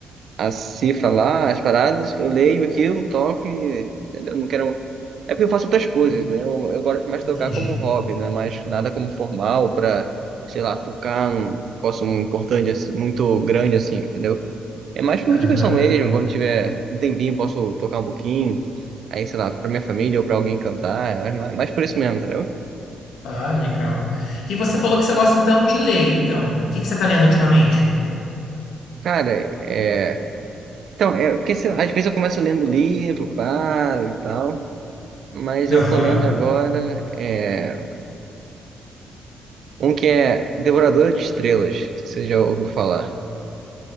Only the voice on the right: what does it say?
as cifras lá, as paradas, eu leio aquilo, toco e. Entendeu? Não quero. É porque eu faço outras coisas,
né? Eu, eu gosto mais de
tocar como hobby, né? Mas nada como formal pra, sei lá, tocar um posso um importante, assim, muito grande assim, entendeu? É mais por
diversão mesmo, quando tiver um tempinho, posso tocar um pouquinho. Aí, sei lá, pra minha família ou pra alguém cantar, mas mais mais por isso mesmo, entendeu?
Cara, é. Então, é, porque sei lá, às vezes eu começo lendo livro, paro e tal. Mas eu
tô lendo agora é, um que é Devoradora de Estrelas, se você já ouviu falar.